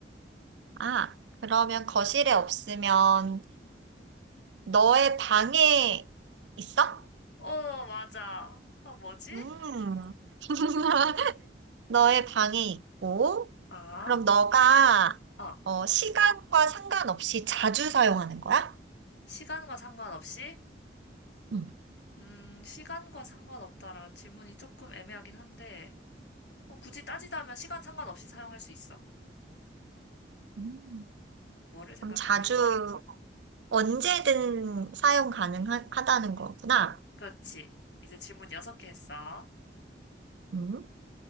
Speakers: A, on the right (about 85°); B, on the left (about 80°).
A: 아, 그러면 거실에 없으면 너의 방에 있어?
B: 어, 맞아. 어, 뭐지?
A: 음. <laughs> 너의 방에 있고,
B: 아,
A: 그럼 너가
B: 아,
A: 어, 시간과 상관없이 자주 사용하는 거야?
B: 시간과 상관없이?
A: 응.
B: 음, 시간과 상관없다라 질문이 조금 애매하긴 한데, 어, 굳이 따지자면 시간 상관없이 사용할 수 있어.
A: 음.
B: 뭐를 생각하고
A: 그럼 자주
B: 있는 걸까?
A: 언제든 사용 가능하다는 거구나.
B: 그렇지. 이제 질문 여섯 개 했어.
A: 음.